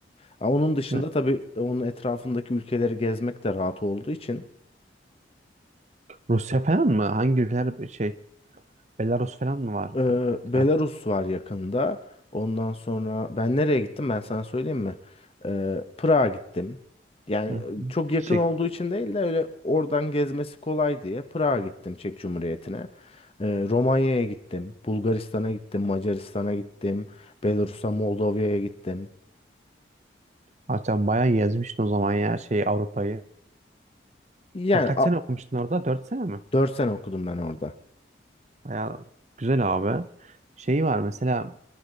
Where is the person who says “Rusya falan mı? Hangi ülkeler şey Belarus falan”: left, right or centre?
Right